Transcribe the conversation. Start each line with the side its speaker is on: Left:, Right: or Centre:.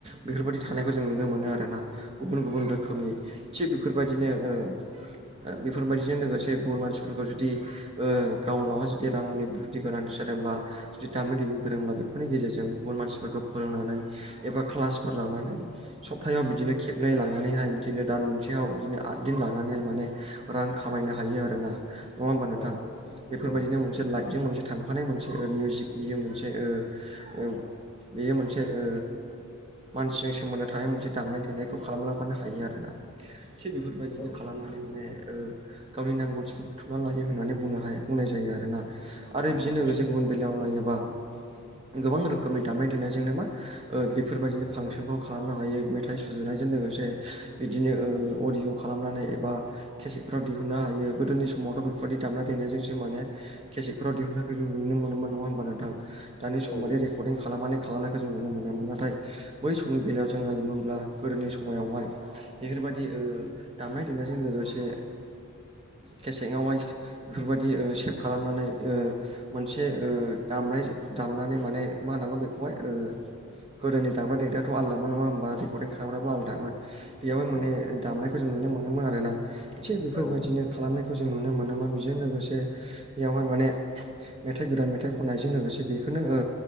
Right: बेफोर बायदि
Left: औ
Right: थानायखौ
Left: औ
Right: जों नुनो मोनो आरोना। गुबुन गुबुन रोखोमनि थिग बेफोरणबायदिनो
Left: उम
Right: ओ ओ बेफोर बायदिजों लोगोसे गुबुन मानसिफोरखौ जुदि ओ गावनावहाय जुदि रांनि बेफोरथि गोनांथि जादोंब्ला जुदि दामनो देनो गोरोंब्ला बेफोरनि गेजेरजों गुबुन मानसिफोरखौ फोरोंनानै एबा क्लासफोर लानानै सब्तायाव बिदिनो खेबनै लानानैहाय बिदिनो दान मोनसेयाव बिदिनो आद दिन लानानैहाय माने रां खामायनो हायो आरोना नङा ओमबा नोंथां
Left: औ
Right: बेफोर
Left: औ
Right: बायदिनो मोनसे
Left: औ
Right: लाइफजों मोनसे थांफानाय मोनसे ओ मिउजिक बियो मोनसे ओ बेयो मोनसे ओ मानसिजों सोमोन्दो थानाय मोनसे दामनाय- दे थेनायखौ खालामलांफानो हायो आरोना थिग बेफोर बायदिनो
Left: औ
Right: खालामनानै माने ओ गावनि नांगौथिखौ बुथुमना लायो होननानै बुंनो हा बुंनाय जायो आरोना
Left: नंगौ
Right: आरो
Left: नोंथां
Right: बिजों लोगोसे गुबुन बेलायाव नायोबा गोबां रोखोमनि दामानायनाय देनायजोंनो मा ओ बेफोर बायदिनो फांसनखौ खालामनो हायो मेथाइ सुजुनायजों लोगोसे बिदिनो ओ अडअ' खालामनानै एबा केसेकफ्राव दिहुननो हायो गोदोनि समावथ' बेफोर बायदि दामनाय देनायजोंसो माने केसेकफोराव दिहुननायखौ जों नुनो मोनोन नङा होमबा नोंथां दानि सम
Left: औ
Right: बादि रे खालामनानै खालामनायखौ जों नुनो मोनामोन नाथाय बै समनि बेलायाव जों नायोमोनब्ला गोदोनि समायावहाय बेफोर बायदि ओ दामनाय देनायजों लोगोसे खसेंआवहाय बेफोर बायदि ओ सेभ खालामनानै ओ मोनसे ओ दामनाय दामनानै माने मा होनांगौ बेखौहाय ओ गोदोनि दामग्रा देग्रायाथ' आलदामोन नङा होमबा रेकर्डिं खालामग्राबो आलदामोन। बेयावहाय
Left: औ
Right: माने दामनायखौ जों नुनो मोनोमोन आरोना थिग बेफोर
Left: औ
Right: बायदिनो खालामनायखौ जों नुनो मोनोमोन बेजों लोगोसे बेयावहाय माने मेथाइ गोदान मेथाइ खननायजों लोगोसे बेखोनो ओ